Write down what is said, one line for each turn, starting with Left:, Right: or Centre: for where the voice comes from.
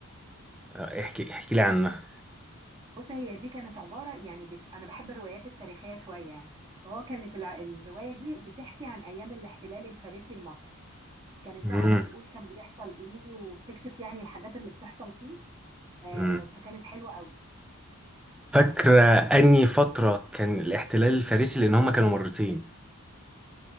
Centre: آه، احكي احكي لي عنها
Right: بص هي دي كانت عبارة يعني بت... أنا بحب الروايات التاريخية شوية يعني فهو كانت الع... الرواية دي بتحكي عن أيام الاحتلال الفارسي لمصر كانت
Centre: أمم،
Right: بقى بتقول كان بيحصل إيه وبتكشف يعني الحاجات اللي بتحصل فيه آه،
Centre: أمم.
Right: فكانت حلوة قوي
Centre: فاكرة اني فترة كان الاحتلال الفارسي لان هما كانوا مرتين